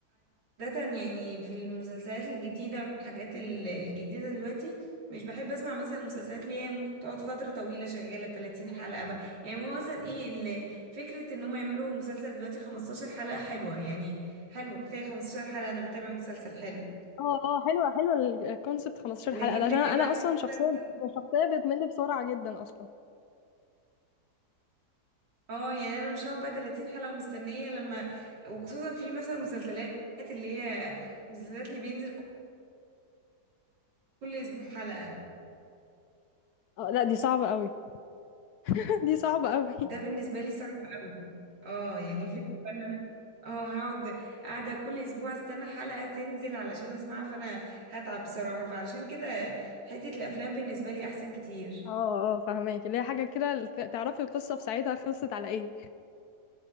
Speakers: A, on the right; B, on the left.
A: عادة يعني في المسلسلات الجديدة والحاجات ال- الجديدة دلوقتي مش بحب اسمع مثلا المسلسلات اللي هي ممكن تقعد فترة طويلة شغالة 30 حلقة بقى يعني هو مثلا ايه ال- فكرة ان هم يعملوا مسلسل دلوقتي 15 حلقة حلوة يعني حلو كفاية 15 حلقة انا بتابع مسلسل حلو
B: اه اه حلوة حلوة الكونسبت 15
A: لكن
B: حلقة ده عشان
A: فكرة
B: انا
A: بقى
B: اصلا شخصية
A: مسلسل
B: شخصية بتمل بسرعة جدا اصلا
A: اه يعني انا مش هقعد بقى 30 حلقة ومستنية لما وخصوصا في مثلا مسلسلات اللي هي مسلسلات اللي بينزل كل اسبوع حلقة
B: اه لا دي صعبة قوي <laughs> دي صعبة قوي
A: ده بالنسبة لي صعب قوي اه يعني فكرة ان انا اه هقعد قاعدة كل اسبوع استنى حلقة تنزل علشان اسمعها فانا هتعب بصراحة فعلشان كده حتة الافلام بالنسبة لي احسن كتير
B: اه اه فهماكي اللي هي حاجة كده ت- تعرفي القصة في ساعتها خلصت على ايه